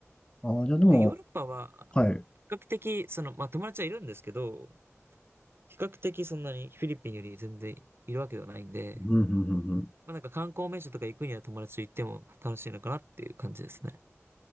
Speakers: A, on the left; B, on the right.
A: ああ、じゃあでも、
B: で、ヨーロッパは、
A: はい。う
B: 比較的、その、まあ友達はいるんですけど、比較的そんなにフィリピンより全然いるわけではないんで、
A: ん、うん、うん、うん。
B: まあなんか観光名所とか行くには友達と行っても楽しいのかなっていう感じですね。